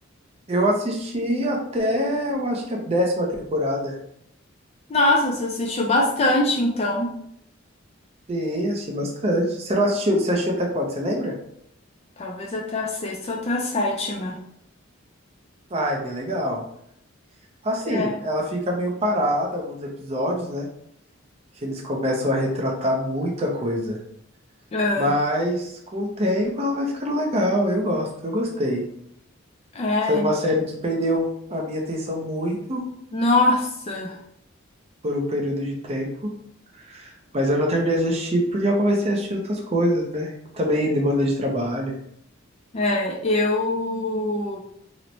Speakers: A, on the right; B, on the left.
A: Eu assisti até, eu acho que a décima temporada.
B: Nossa, você assistiu bastante, então.
A: Sim, assisti bastante. Você não assistiu, você assistiu até quando, você lembra?
B: Talvez até a sexta ou até a sétima.
A: Ah, é bem legal. Assim,
B: É,
A: ela fica meio parada, alguns episódios, né? Que eles começam a retratar muita coisa.
B: é,
A: Mas com o tempo ela vai ficando legal, eu gosto, eu gostei.
B: É.
A: Foi uma série que prendeu a minha atenção muito
B: nossa,
A: por um período de tempo, mas eu não terminei de assistir porque eu comecei a assistir outras coisas, né? Também demanda de trabalho.
B: é, eu